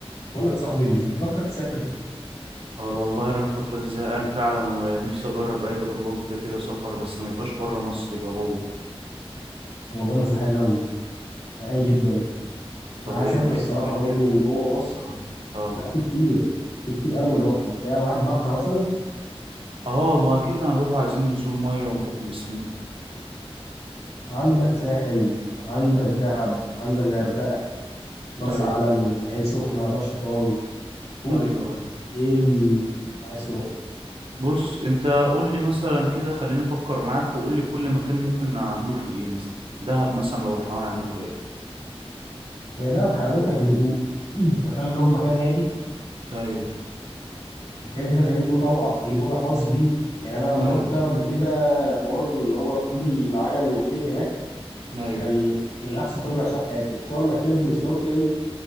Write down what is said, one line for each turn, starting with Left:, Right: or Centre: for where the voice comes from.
Left: بقول لك صاحبي مش بتفكر تسافر
Right: اه والله انا الفترة دي زهقان فعلا ونفسي اجرب اي تجربة جديدة كده سفر بس ما يبقاش بره مصر يبقى جوه
Left: والله انا زهقان قوي زهقان جدا
Right: طب
Left: انا عايز
Right: ايه
Left: اسافر
Right: مفيش
Left: الصراحه
Right: مكان
Left: برضو
Right: كده
Left: جوه مصر
Right: اه اه
Left: لا في كتير في كتير قوي
Right: قولوا
Left: نروحهم انت قاعد معاك بحر مثلا
Right: اه ما اكيد هنروح عايزين ننزل مية ونفكوا جسمنا
Left: عندك ساحل عندك دهب عندك غردقه مرسى
Right: ايوه
Left: علم عين سخنه راس شيطان شوف
Right: ايوه ايوه
Left: ايه اللي عايز تروحه
Right: بص انت قول لي مثلا كده خليني افكر معاك وقول لي كل مكان ممكن نعمله فيه ايه مثلا دهب مثلا لو رحنا هنعمله فيه ايه
Left: هي ده حلاوتها في الهدوء <clears throat> انت فاهم اللي هو مكان هادي
Right: ايوه
Left: مكان كده فاهمني له طابع ليه طابع خاص بيه يعني انا لما
Right: ايوه
Left: رحت دهب قبل كده حوار اللي هو ركوب العجل والخيل هناك
Right: ايوه
Left: كان من احسن تجربه اللي عشتها في حياتي وخصوصا انك تنزل سنوركلينج